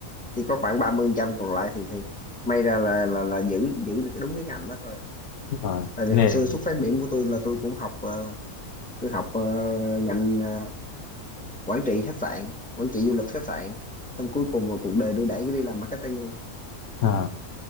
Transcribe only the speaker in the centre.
chỉ có khoảng 30% còn lại thì thì may ra là là là giữ giữ được cái đúng cái ngành đó thôi
tại vì
hồi xưa xuất phát điểm của tôi là tôi cũng học ờ, tôi học ờ, ngành ờ, quản trị khách sạn quản trị du lịch khách sạn xong cuối cùng mà cuộc đời đưa đẩy cái đi làm marketing luôn